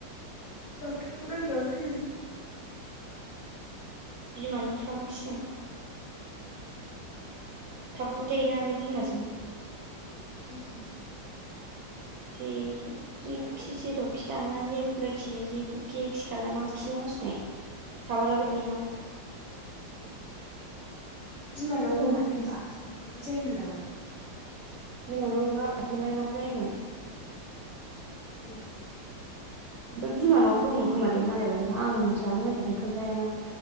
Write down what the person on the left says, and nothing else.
दाक्टरनाव नायजानो थिन
उम
बिमानाबो
बिदिनोमोन
नामा
बिमानावबो
बिदि बिदिनो जायोमोन नामा?
ए